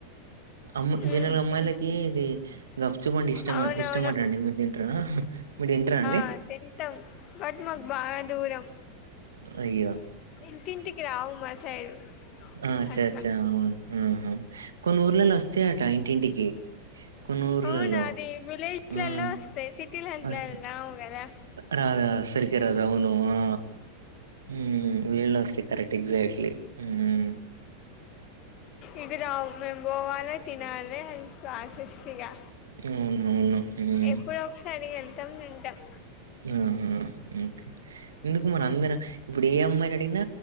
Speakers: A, on the right (about 70°); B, on the left (about 35°).
A: అమ్మా జనరల్
B: ఉహు
A: గా అమ్మాయిలకి ఇది గప్చుపండి ఇష్ట
B: అవునవును
A: ఇష్టం మటండి మీరు తింటార మీరు తింటారా అండి
B: బా తింటాం బట్ మాకు బాగా దూరం
A: అయ్యా
B: ఇంటింటికి రావు మా సైడు
A: ఆ అచ్చ
B: అట్లా
A: అచ్చా ఆహా కొన్ని ఊర్లలో వస్తాయటా ఇంటింటికి కొన్ని ఊర్లలో.
B: అవునా అది విలేజ్లలో
A: హ్మ్.
B: వస్తయి సిటీలలో
A: వస్
B: రావు కదా
A: రాదా సరిగా రాదా అవును ఆ ఉమ్ వెళ్ళ సయ్ కరెక్ట్ ఎక్జాక్ట్లీ ఉమ్
B: ఇది రావూ మేము పోవాలే తినాలే రాశస్యగా
A: అవునవును. హ్మ్.
B: ఎప్పుడోకసారి వెళ్తాం తింటాం
A: ఆ ఉ ఎందుకు మరీ అందరూ ఇప్పుడు ఏ అమ్మాయి ని అడిగిన